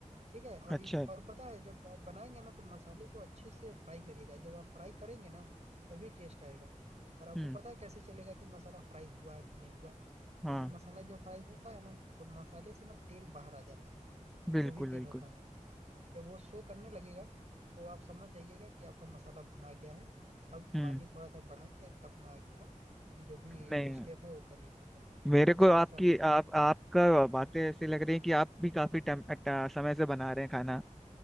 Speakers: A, on the right; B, in the centre.
A: ठीक है और
B: अच्छा
A: इस और पता है जब आप बनाएंगे ना तो मसाले को अच्छे से फ्राई करिएगा जब आप फ्राई करेंगे ना तभी टेस्ट आएगा और आपको
B: हम्म
A: पता है कैसे चलेगा कि मसाला फ्राई हुआ कि नहीं हुआ
B: हाँ
A: क्योंकि मसाला जब फ्राई होता है ना तो मसाले से ना तेल बाहर आ जाता है
B: बिल्कुल
A: जो भी तेल
B: बिल्कुल
A: होता है जब वो शो करने लगेगा तो आप समझ जाइएगा कि आपका मसाला भुना गया है अब
B: हम्म
A: पानी थोड़ा सा बढ़ा के अपना आगे का जो भी
B: नहीं
A: स्टेप है वो कर लीजिएगा
B: मेरे को
A: इस तरह
B: आपकी
A: से आपका
B: आप आपका बातें ऐसी लग रही है कि आप भी काफी टाइम अ, समय से बना रहे हैं खाना